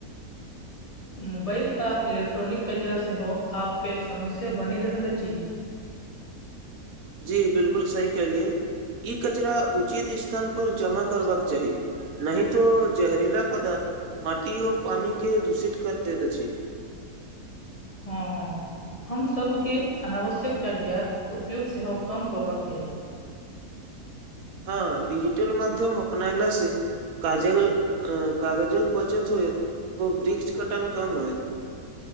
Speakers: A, on the left (about 25°); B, on the right (about 70°).
A: मोबाइल आ इलेक्ट्रॉनिक कचरा सेहो आब पेत समस्या बनि रहल अछि
B: जी बिलकुल सही कहलिय ई कचरा उचित स्थान पर जमा करबाक चाही नही तो जहरीला पदार्थ माटी ओ पानी के दूषित कर दैत अछि
A: हँ हँ हम सभके अनावश्यक कागजात उपयोग सेहो कम करबाक चाही
B: हँ डिजिटल माध्यम अपनायला सँ काजल अ कागजक बचत होइत ओ वृक्ष कटन कम होइत